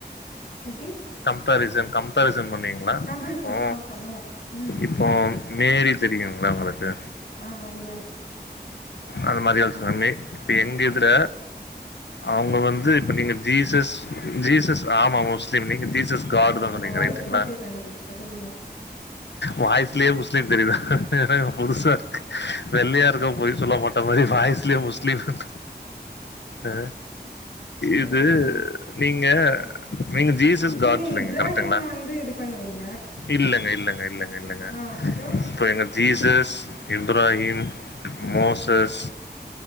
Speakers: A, on the left; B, on the left.
A: எப்டி
B: கம்பரிசம் கம்பரிசம் பண்ணுவீங்ளா
A: கம்பரிசன்
B: இப்போ
A: ஆ பண்ணுவோ ம் ம்
B: இப்போ மேரி தெரியுங்களா ஒங்களுக்கு
A: ஆ மரியாள்
B: அந்த மரியாள் சாமி இப்ப எங்க இதுல அவுங்க வந்து நீங்க ஜீசஸ் ஜீசஸ் ஆமா முஸ்லிம் நீங்க ஜீசஸ் காடு
A: ஓ
B: தா
A: உங்க
B: சொன்னிங்க
A: வாய்ஸ்
B: ரைட்டுங்களா
A: பாத்தே கண்டுபிடிச்சே சொல்லுங்க
B: வாய்ஸ்லே முஸ்லீம் தெரியிது என்னங்க புதுசாருக்கு வெள்ளயா இருக்கவ பொய் சொல்ல மாட்டா மாரி வாய்ஸ்லே முஸ்லீ ன் ஆ இது
A: அதா அதா
B: நீங்க நீங்க ஜீஸ் சஸ்
A: நீங்க
B: காட் சொல்றீங்க
A: இப்ராஹிமா
B: கரெக்டுங்ளா
A: வந்து இது பண்ணுவீங்க
B: இல்லங்க இல்லங்க இல்லங்க இல்லங்க
A: ஆ அப்றோ
B: இப்ப எங்க ஜீசஸ் இப்ராஹிம் மோசஸ்